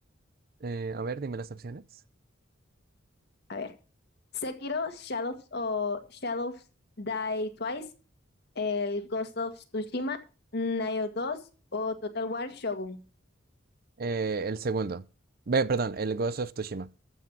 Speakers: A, on the right; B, on the left.
A: Eh, a ver, dime las opciones.
B: A ver, Sekiro, Shadows o Shadows Die Twice, el Ghost of Tsushima, Nioh dos o Total War Shogun.
A: Eh, el segundo. Ve, perdón, el Ghost of Tsushima.